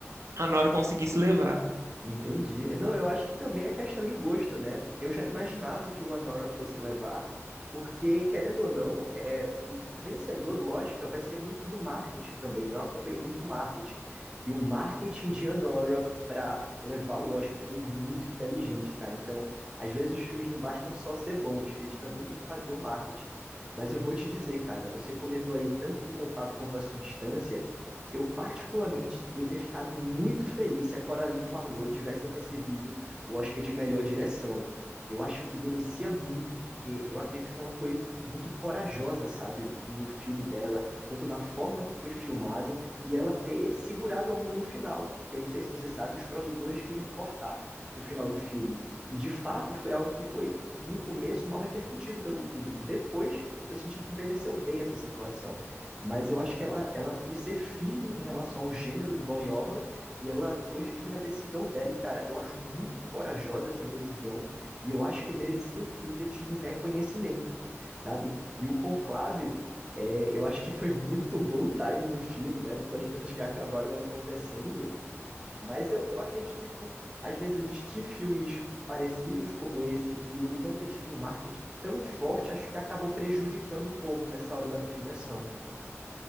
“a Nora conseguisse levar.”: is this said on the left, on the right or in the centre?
Right